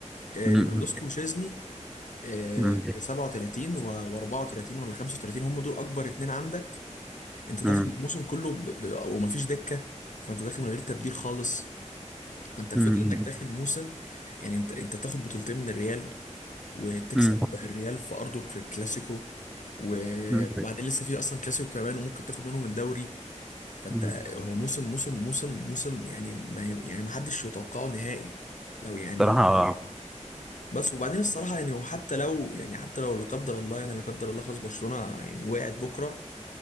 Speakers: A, on the left; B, in the centre.
A: آه
B: م-
A: ليفاندوسكي
B: م-
A: وشيزني آه
B: م-
A: 37 و 34 ولا 35 هم دول اكبر اتنين عندك انت داخل
B: م-
A: الموسم كله ب... ب... وما فيش دكه فانت داخل من غير تبديل خالص فانت الفكره
B: م-
A: انك داخل موسم يعني انت انت تاخد بطولتين من الريال وتكسب
B: م-
A: الريال في ارضك في الكلاسيكو و-
B: م-
A: وبعدين
B: م-
A: لسه في اصلا كلاسيكو كمان وممكن تاخد منهم الدوري فانت
B: م-
A: هو موسم موسم موسم موسم يعني ما يعني ما حدش يتوقعه نهائي لو يعني
B: صراحة آه.
A: بس وبعدين الصراحه يعني هو حتى لو يعني حتى لو لا قدر الله يعني لا قدر الله خلاص برشلونه يعني وقعت بكره